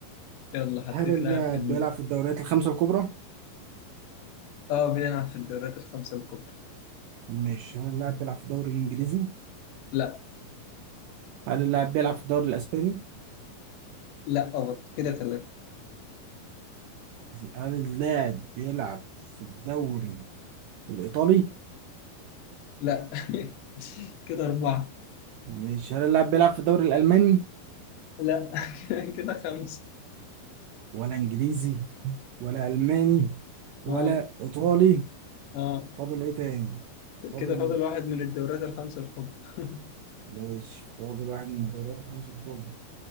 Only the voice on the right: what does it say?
هل اللاعب
بيلعب في الدوريات الخمسة الكبرى؟
ماشي هل اللاعب بيلعب في الدوري الإنجليزي؟
هل اللاعب بيلعب في الدوري الإسباني؟
هل اللاعب بيلعب في الدوري الإيطالي؟
مش هل اللاعب بيلعب في الدوري الألماني
ولا إنجليزي ولا ألماني ولا
إيطالي؟
فاضل إيه تاني؟
فاضل
ماشي فاضل واحد من الدوريات الخمسة الكبرى